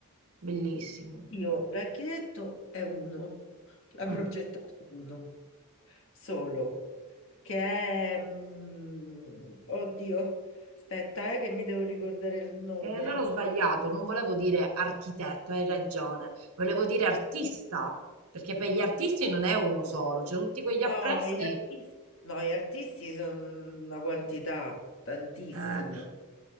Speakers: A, on the right; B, on the left.
A: bellissimo.
B: io l'architetto è uno, la
A: Mm.
B: progettato uno solo, che è mm, oddio, aspetta, eh, che mi devo ricordare il nome.
A: E allora ho sbagliato, non volevo dire architetto, hai ragione, volevo dire artista, perché per gli artisti non è uno solo, cioè tutti quegli affreschi.
B: No, gli artisti, no, gli artisti sono una quantità, tantissimo,
A: Eh,